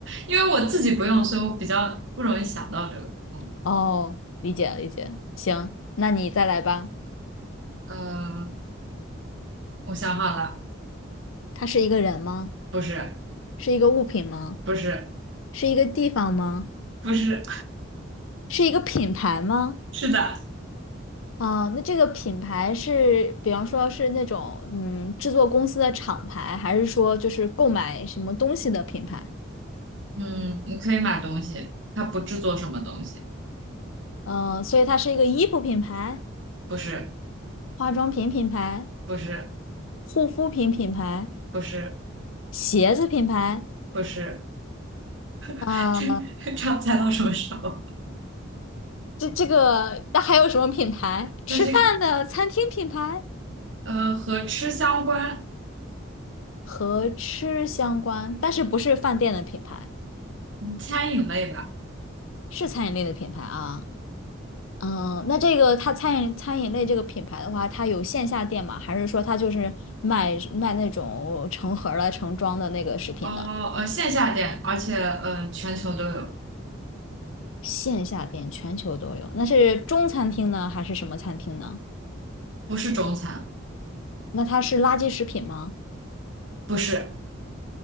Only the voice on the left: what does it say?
<laughs> 哦，理解理解，行，那你再来吧。
它是一个人吗？
是一个物品吗？
是一个地方吗？
是一个品牌吗？
啊，那这个品牌是，比方说是那种嗯制作公司的厂牌，还是说就是购买什么东西的品牌？
呃，所以它是一个衣服品牌、
化妆品品牌、
护肤品品牌、
鞋子品牌，
啊，
这这个那还有什么品牌？
吃饭的餐厅品牌
和吃相关，但是不是饭店的品牌，
是餐饮类的品牌啊。嗯，那这个它餐饮餐饮类这个品牌的话，它有线下店吗？还是说它就是卖卖那种成盒儿的、成装的那个食品的？
线下店全球都有，那是中餐厅呢，还是什么餐厅呢？
那它是垃圾食品吗？